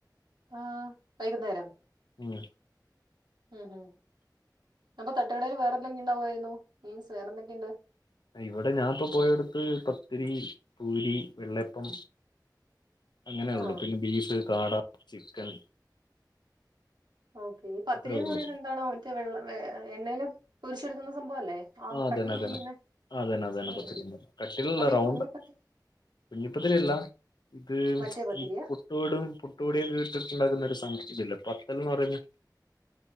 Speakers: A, on the right (about 75°); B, on the left (about 75°).
A: ആ വൈകുന്നേരം
B: മ്
A: മ് മ് അപ്പൊ തട്ടുകടെൽ വേറെന്തെക്കെ ഉണ്ടാവായിരുന്നു മീൻസ് വേറെന്തൊക്കെയുണ്ട്?
B: ഇവിടെ ഞാാനിപ്പോ പോയടത്ത് പത്തിരി, പൂരി, വെള്ളയപ്പം. അങ്ങനെ ഉള്ളു
A: ആഹ്
B: പിന്നെ ബീഫ്, കാട. ചിക്കൻ
A: ഓക്കേ ഈ പത്തിരിന്ന്
B: അത്രേ ഉള്ളൂ
A: പറയുന്നത് എന്താണ് മറ്റേ വെള്ള വെ എണേല് പൊരിചെടുക്കുന്ന സംഭവല്ലേ?
B: ആ അതന്നെ
A: കട്ടിയില്
B: അതന്നെ
A: ഇരിയുന്നെ
B: ആ അതന്നെ അതെന്നെ
A: ഉം
B: പത്തിരിന്നുപറഞ്ഞ കട്ടിലുള്ള
A: അപ്പൊ ഈ
B: റൗണ്ട്
A: കുഞ്ഞി പത്തി
B: കുഞ്ഞിപ്പത്തിരി അല്ല ഇത്
A: മറ്റേ പത്തിരിയാ
B: ഈ പുട്ടുപൊടും പുട്ട്പൊടിയും ഒക്കെ ഇട്ടിട്ടുണ്ടാക്കുന്ന ഒരു സാധനം. തില്ല പത്തൽന്ന് പറയിന്ന